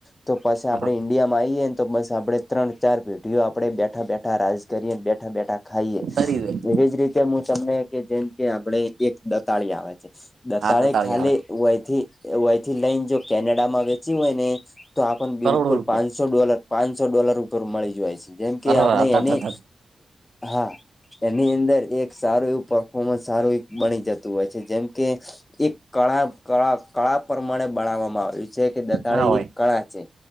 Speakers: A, on the left (about 20°); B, on the right (about 80°).
A: તો પછી
B: હા
A: આપડે ઈન્ડિયામ પાઈએ ને, તો બસ આપડણે ત્રણ ચાર પેઢીઓ આપડે બેઠા બેઠા રાજ કરીએ, બેઠા બેઠા ખાઈએ,
B: તરી જોઈ
A: એવીજ રીતે મુ તમને કે, જેમ કે આપણે એક દતાળી આવે છે. દતાળે
B: હા દતાળી
A: ખાલી
B: આવે
A: વયથી, વયથી લઈને જો કેનેડામાં વેચી હોય ને તો આપન બિલકુલ
B: કરોડો રૂપિયા
A: પાંચસો ડોલર, પાંચસો ડોલર ઉપર મળી જોવાય છે, જેમ કે
B: અરે
A: આપણે
B: હતા
A: એની
B: હતા
A: હા એની અંદર એક સારું એવું પરફોર્મન્સ સારું એક બની જતું હોય છે, જેમ કે એક કળા કળા કળા પ્રમાણે બણાવામાં આવે. છે, કે દતાળે
B: ના હોય
A: એક કળા છે,